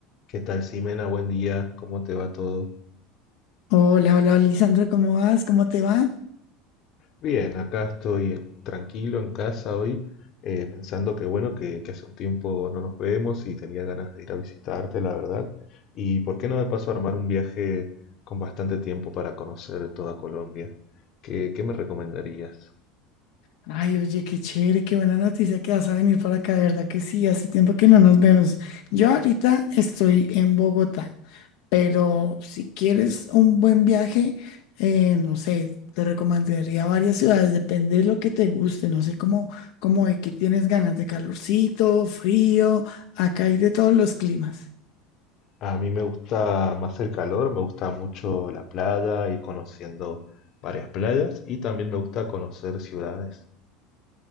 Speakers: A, on the left; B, on the left.
A: ¿Qué tal, Simena? Buen día, ¿cómo te va todo?
B: Hola, hola, Lisandra, ¿cómo vas? ¿Cómo te va?
A: Bien, acá estoy eh, tranquilo en casa hoy, eh, pensando que bueno, que, que hace un tiempo no nos vemos y tenía ganas de ir a visitarte, la verdad. Y por qué no me paso a armar un viaje con bastante tiempo para conocer toda Colombia. ¿Qué, qué me recomendarías?
B: Ay, oye, qué chévere, qué buena noticia que vas a venir para acá, de verdad que sí, hace tiempo que no nos vemos. Yo ahorita estoy en Bogotá, pero si quieres un buen viaje, eh, no sé, te recomendaría varias ciudades, depende de lo que te guste, no sé cómo, cómo de qué tienes ganas, de calorcito, frío, acá hay de todos los climas.
A: A mí me gusta más el calor, me gusta mucho la playa, ir conociendo varias playas y también me gusta conocer ciudades.